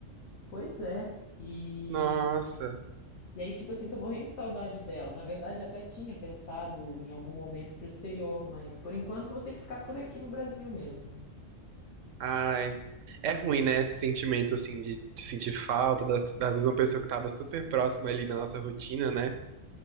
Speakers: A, on the left; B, on the right.
A: Pois é. E
B: Nossa,
A: e aí tipo assim, tô morrendo de saudade dela. Na verdade, eu até tinha pensado em algum momento ir pro exterior, mas por enquanto vou ter que ficar por aqui no Brasil mesmo.
B: ai. É ruim, né, esse sentimento, assim, de, de sentir falta, das, das vezes uma pessoa que tava super próxima ali na nossa rotina, né?